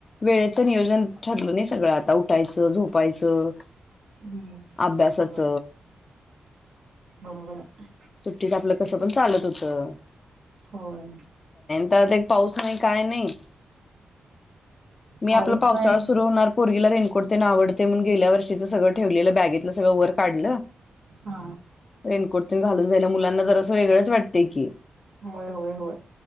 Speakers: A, on the left (about 30°); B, on the right (about 70°).
A: वेळेचं नियोजन ठरलं नाही सगळं आता उठायचं झोपायचं
B: हम्म
A: अभ्यासाच
B: बरोबर बरोबर आहे
A: सुट्टीत आपलं कसं पण चालत होतं
B: होय
A: त्या ते एक पाऊस नाही काय नाही मी
B: पाऊस
A: आपलं पावसाळा
B: नाही
A: सुरू होणार पोरीगी ला रेनकोट ते आवडत्या म्हणून गेल्या वर्षीच सगळं ठेवलेलं बॅगेतलं सगळं वर काढलं
B: हा
A: रेनकोट तेन मुलांना जरास असं वेगंळ च वाटते की
B: होय होय होय